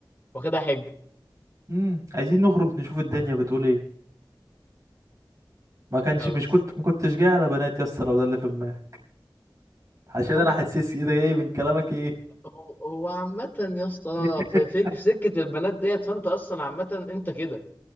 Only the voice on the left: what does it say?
واخدها حجه
لا
بس
هو
هو هو عامة يا اسطى
في في في سكة البنات ديت فانت اصلا عامة انت كده